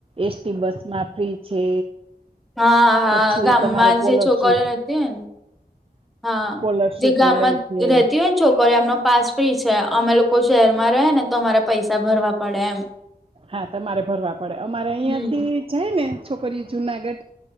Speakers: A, on the right; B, in the centre.
A: એસટી બસ માં ફ્રી છે.
B: હા હા
A: પછી
B: ગામમાં
A: તમારે કોલરશીપ
B: જે છોકરી હતી ને. હા
A: કોલરશીપ
B: જે ગામમાં
A: મળે છે
B: રતી હોય ને છોકરો એમનો પાસ ફ્રી છે. અમે લોકો લોકો શહેરમાં રહે ને તો અમારે પૈસા ભરવા પડે એમ.
A: હા તમારે ભરવા પડે. અમારે અહિયાંથી
B: હમ
A: જાય ને છોકરીઓ જુનાગઢ